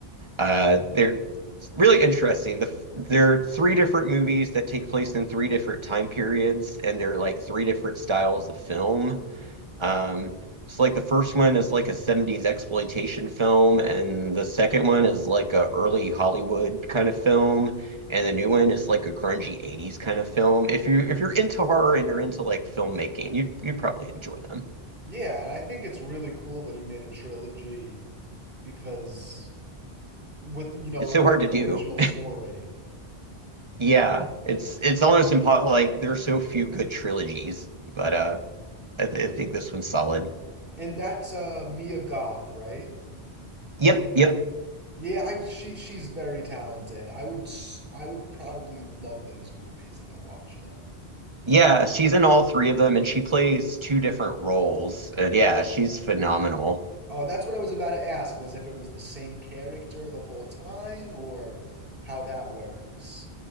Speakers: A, on the right; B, on the right.
A: uh, they're really interesting. The, there are three different movies that take place in three different time periods, and they're like three different styles of film. Um, so like the first one is like a 70s exploitation film, and the second one is like a early Hollywood kind of film, and the new one is like a grungy 80s kind of film. If you if you're into horror and you're into like filmmaking, you you probably enjoy them.
B: Yeah, and I think it's really cool that he made a trilogy because with you know
A: It's
B: like
A: so hard
B: with
A: to
B: an
A: do
B: original story
A: Yeah, it's it's almost impossible. Like there are so few good trilogies, but uh, I, th- I think this one's solid.
B: and that's uh, Mia Goth, right?
A: Yep, yep.
B: Yeah, I, she she's very talented. I would I would probably love those movies if I watched them.
A: Yeah, she's in all three of them, and she plays two different roles. And yeah, she's phenomenal.
B: Oh, that's what I was about to ask was if it was the same character the whole time or how that works.